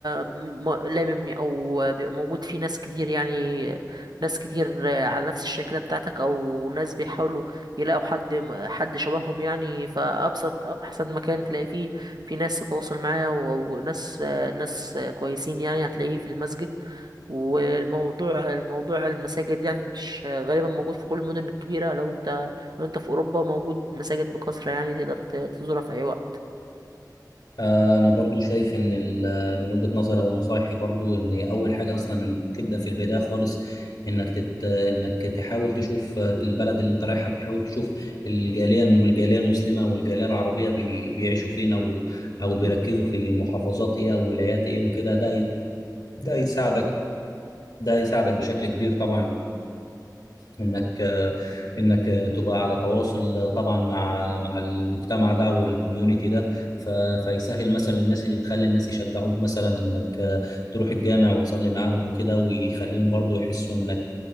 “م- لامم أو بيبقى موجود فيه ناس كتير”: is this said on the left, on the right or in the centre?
Right